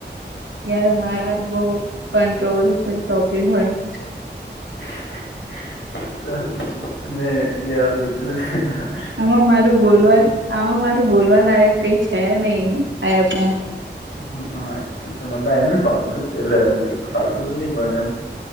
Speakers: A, on the right (about 90°); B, on the left (about 80°).
A: રા બહ ક્રોવર્શયલ ટોપિક હોય છે
B: <inaudible> એ હોય છે અને <unintelligible>
A: આમાં મારું બોલવા જ આમાં મારું બોલવા લાયક કઈ છે નહી આ પણ
B: હ હા મતલબ એમ ફતુ છેક ફતુ તો નથી પણ એમ